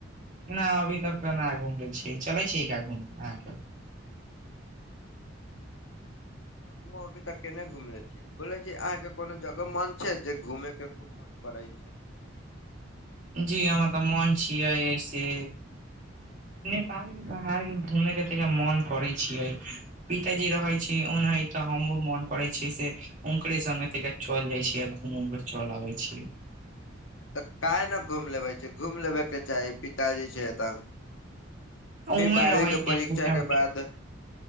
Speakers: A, on the right; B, on the left.
A: नहि, अभी तक तऽ न घूमि छऽ, चलऽ छै गे अहाँकेँ।
B: हमहुँ अभी तक केने घुमले छी यै, बोले छी, अहाँके कोनो जगह मन छै जे घूमे के? मन पड़ैत छै।
A: जी हमर तऽ मन छियै एहिसे नेपालके बाहर घूमेके तऽ मन करै छियै। पिताजी रहै छथि ओनहि तऽ हमहूँ मन करै छियै से। ओनकरे सङ्ग तऽ चलि जाइ छियै, घूमि कऽ आबि जाइ छियै।
B: तऽ किएक नहि घूम लेबै? घूम लेबाक चाही, पिताजी छथि एतऽ।
A: उहें
B: फेर बारहवींके
A: रहै छै
B: परीक्षा
A: छोटा
B: कऽ
A: जी।
B: बाद ओ।